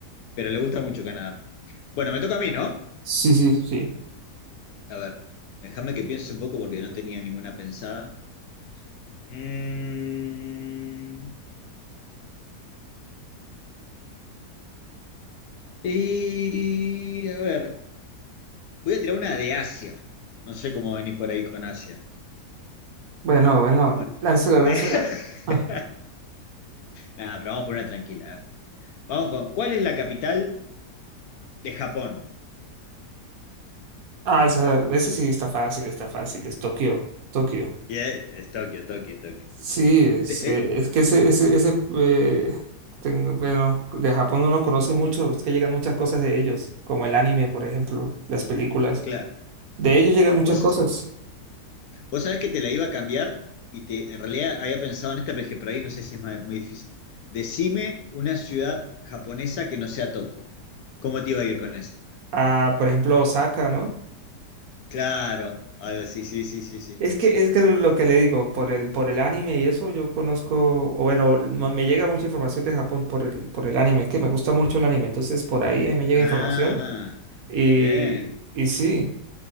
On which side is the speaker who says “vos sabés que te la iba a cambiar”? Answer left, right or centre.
Left